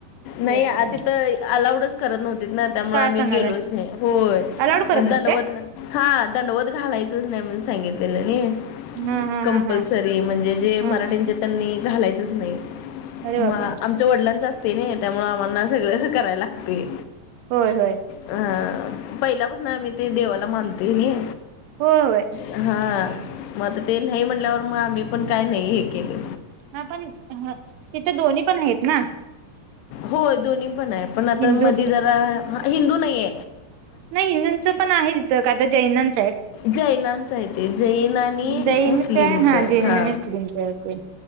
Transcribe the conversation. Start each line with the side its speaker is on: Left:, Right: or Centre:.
Left: नाही
Right: ते
Left: आ
Right: आहे
Left: ति तर अलाउडच करत नव्हती ना त्यामुळे
Right: काय
Left: आम्ही
Right: सांगायलाय
Left: गेलोच नाही होय
Right: अलाउड करत
Left: दंड
Right: नव्हते
Left: बतला हा दंडवत घालायचच नाही म्हणून सांगितलेलं नाही
Right: हा हा
Left: कंपल्सरी
Right: हा हा
Left: म्हणजे जे मराठीचे
Right: हा हा
Left: त्यांनी घालायचंच नाही
Right: अरे बापरे
Left: मग आमच्या वडिलांच अस ते नाही त्यामु आम्हाना सगळं करायला लागते
Right: होय होय
Left: अह पहिलापासून आ मी ते देवाला मानतोय नाही
Right: होय
Left: हा मग आता ते नाही म्हणल्यावर मग आम्ही पण काय नाही हे केले
Right: ह पण तिथे दोन्ही पण आहेत ना
Left: हो दोन्ही पण आहे पण आता
Right: हिंदू
Left: मधी जरा हिंदू नाहीे
Right: नाही इंदूंचं पण आहे तिथं आता जैनंत
Left: जैनांच आहे ते जैन आणि
Right: जैन
Left: मुस्लिमच
Right: काय जैन
Left: हा
Right: म्हणे मुस्लिमच ओके